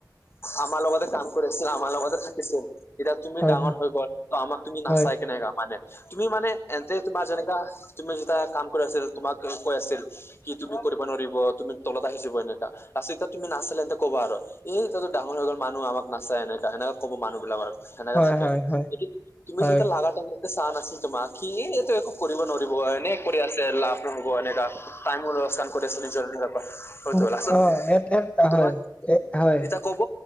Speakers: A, on the left; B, on the left.
A: আমাৰ লগতে কাম কৰিছিল আমাৰ লগতে থাকিছিল। এতিয়া তুমি
B: হয়
A: ডাঙৰ হৈ গ'ল ত আমাক তুমি নাচাই
B: হয়,
A: কেনেকা মানে তুমি মানে। তে তোমাৰ যেনেকা তুমি যেতিয়া কাম কৰি আছিল তোমাক কৈ আছিল কি তুমি কৰিব নোৱাৰিব তুমি। তলত আহি জাব আচলতে ত তুমি নাছিলে ইহঁতে ক'বা আৰু এই এতিয়া ডাঙৰগ মানুহ আমক নাচাই এনেকা এনে। ক'ব মানুহ বিলাক আৰু সেনেকে
B: হয়,
A: থাকে
B: হয়, হয়,
A: এ তুমি
B: হয়,
A: যেতিয়া লাগা টাইম চোৱা নাছিল তোমাক কি। একো কৰিব নোৱাৰিব এনে কৰি আছে লাভ নহ'ব এনেকা। টাইমো লোকচান কৰি আছে নিজৰ ঘৰৰ পৰা হয়তো
B: অ', এট এট
A: তোমাক
B: হয়, এ হয়,
A: এতিয়া কব।